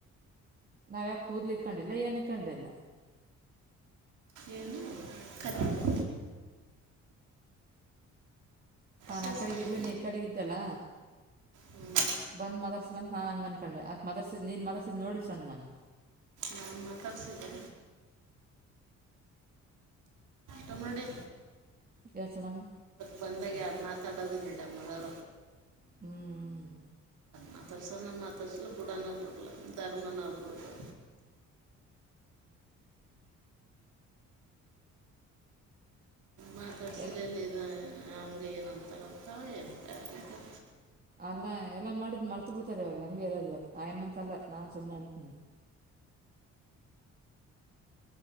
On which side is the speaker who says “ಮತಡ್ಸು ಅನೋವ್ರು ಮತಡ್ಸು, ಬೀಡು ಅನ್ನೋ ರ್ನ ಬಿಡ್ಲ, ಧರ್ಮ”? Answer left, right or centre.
Right